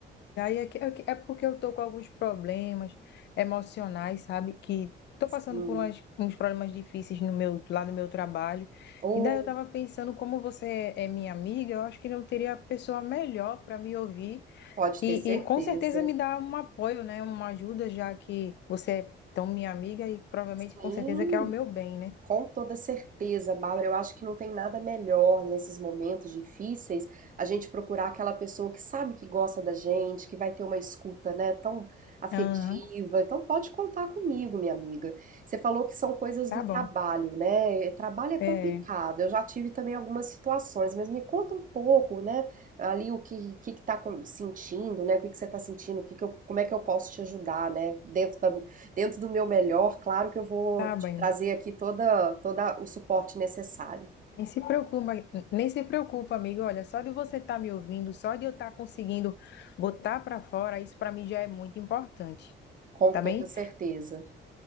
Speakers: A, on the left (about 60°); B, on the right (about 40°).
A: Daí é, que- é que- é porque eu tô com alguns problemas emocionais, sabe? Que tô
B: Sim.
A: passando por umas- uns problemas difíceis no meu, lá no meu trabalho.
B: Ô,
A: E daí eu estava pensando, como você é minha amiga, eu acho que não teria pessoa melhor para me ouvir
B: pode
A: e,
B: ter certeza.
A: e com certeza me dar um apoio, né? Uma ajuda, já que você é tão minha amiga e provavelmente
B: Sim,
A: com certeza quer o meu bem, né?
B: Com toda certeza, Bárbara, eu acho que não tem nada melhor nesses momentos difíceis a gente procurar aquela pessoa que sabe que gosta da gente, que vai ter uma escuta, né, tão afetiva.
A: Aham,
B: Então pode contar comigo, minha amiga. Você falou que são coisas
A: tá
B: do trabalho,
A: bom.
B: né? eh, Trabalho é complicado.
A: É,
B: Eu já tive também algumas situações, mas me conta um pouco, né, ali o que que, que tá com- sentindo, né? O que que você tá sentindo? O que que eu, como é que eu posso te ajudar, né, dentro da dentro do meu melhor, claro que eu vou
A: tá
B: te
A: bem.
B: trazer aqui toda, toda o suporte necessário,
A: Nem se preocupa, nem se preocupa, amigo. Olha, só de você estar me ouvindo, só de eu estar conseguindo botar para fora, isso para mim já é muito importante,
B: com
A: tá
B: toda
A: bem?
B: certeza.